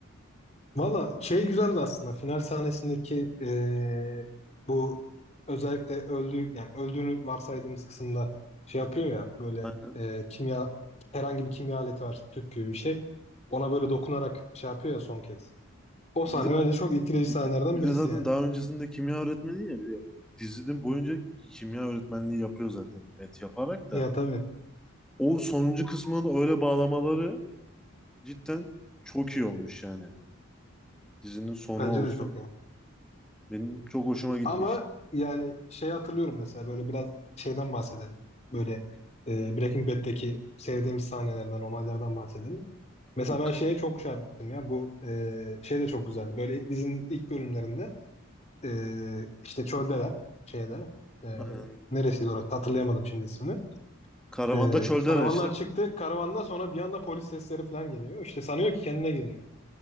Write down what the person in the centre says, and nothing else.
Aynen.
Bir de
Bir
de, bir de
zaten
daha öncesinde kimya öğretmeni ya bir de dizinin boyunca kimya öğretmenliği yapıyor zaten met yaparak
da.
O sonuncu kısmını da öyle bağlamaları cidden çok iyi olmuş yani. Dizinin sonu
olsun.
Benim çok hoşuma gitmişti.
O k-
aynen.
karavanda
çölde
araçtık.